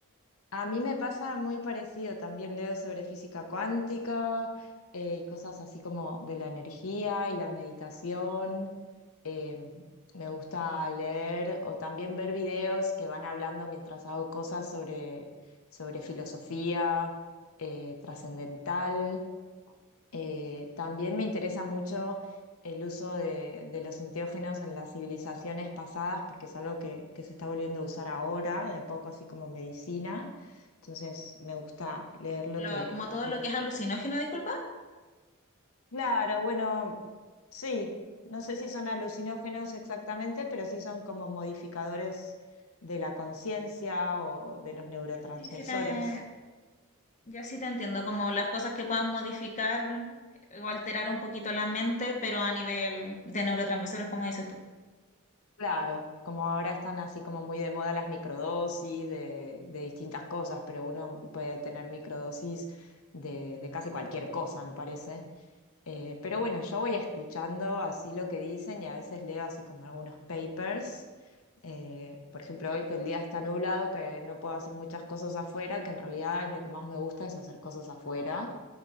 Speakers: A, on the left; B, on the left.
A: A mí me pasa muy parecido. También leo sobre física cuántica eh, y cosas así como de la energía y la meditación. Eh, me gusta leer o también ver videos que van hablando mientras hago cosas sobre, sobre filosofía eh, trascendental. Eh, también me interesa mucho el uso de, de los enteógenos en las civilizaciones pasadas, porque es algo que, que se está volviendo a usar ahora, de a poco, así como medicina. Entonces me gusta leer lo
B: Lo-
A: que,
B: como todo
A: lo-
B: lo que es alucinógeno, disculpa.
A: Claro, bueno, Sí, no sé si son alucinógenos exactamente, pero sí son como modificadores de la conciencia o de los neurotransmisores.
B: Sí, sí te, yo sí te entiendo, como las cosas que puedan modificar o alterar un poquito la mente, pero a nivel de neurotransmisores, como dices tú.
A: Claro, como ahora están así como muy de moda las microdosis de, de distintas cosas, pero uno puede tener microdosis de, de casi cualquier cosa, me parece. Eh, pero bueno, yo voy escuchando así lo que dicen y a veces leo así como algunos papers. Eh, por ejemplo, hoy que el día está nublado, que no puedo hacer muchas cosas afuera, que en realidad es lo que más me gusta es hacer cosas afuera,